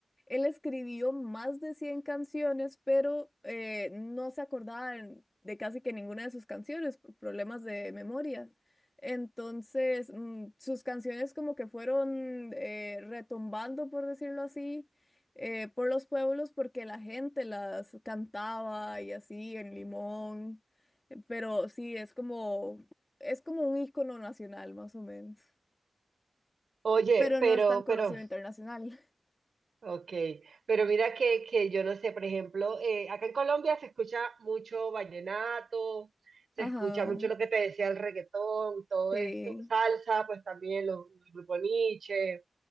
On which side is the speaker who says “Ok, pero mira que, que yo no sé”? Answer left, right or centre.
Right